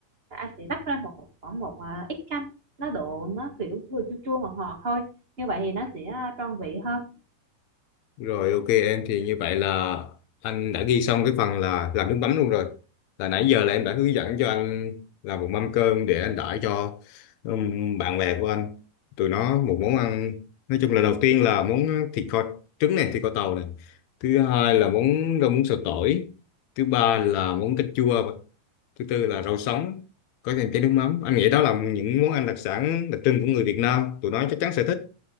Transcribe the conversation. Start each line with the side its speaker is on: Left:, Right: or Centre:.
Right: là anh sẽ rắc ra một khoảng một ờ, ít canh nó độ nó kiểu vừa chua chua ngọt ngọt thôi như vậy thì nó sẽ ờ, tròn vị hơn
Left: rồi ok em thì như vậy là anh đã ghi xong cái phần là làm nước mắm luôn rồi là nãy giờ là em đã hướng dẫn cho anh làm một mâm cơm để anh đãi cho ừm, bạn bè của anh tụi nó một món ăn nói chung là đầu tiên là món thịt kho trứng này thịt kho tàu này thứ hai là món rau muống xào tỏi thứ ba là món canh chua thứ tư là rau sống có kèm chén nước mắm anh nghĩ đó là những món ăn đặc sản đặc trưng của người Việt Nam tụi nó chắc chắn sẽ thích